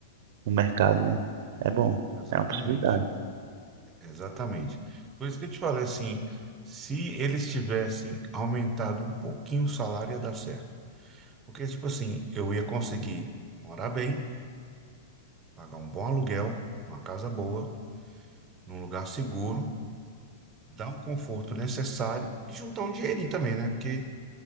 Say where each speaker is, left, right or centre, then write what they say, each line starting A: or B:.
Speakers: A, on the right; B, on the right.
A: no mercado, né? É bom,
B: Exatamente,
A: é uma possibilidade,
B: exatamente. Por isso que eu te falei assim, se eles tivessem aumentado um pouquinho o salário, ia dar certo. Porque, tipo assim, eu ia conseguir morar bem, pagar um bom aluguel, uma casa boa, num lugar seguro, dar o conforto necessário e juntar um dinheirinho também, né? Porque,